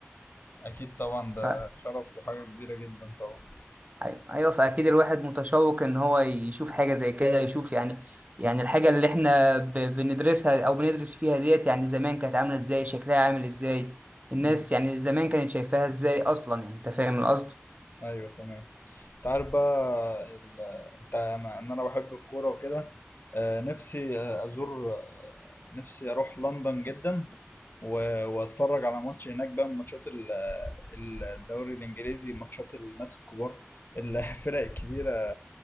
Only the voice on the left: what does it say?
اكيد طبعا ده
شرف وحاجة كبيرة جدا طبعا
مم.
مم.
ايوه تمام انت عارف بقى ال... انت انا ان انا بحب الكوره وكده آه، نفسي آه، ازور آه، نفسي اروح لندن جدا و- واتفرج على ماتش هناك بقى من ماتشات ال- الدوري الانجليزي ماتشات الناس الكبار <laughs> الفرق الكبيره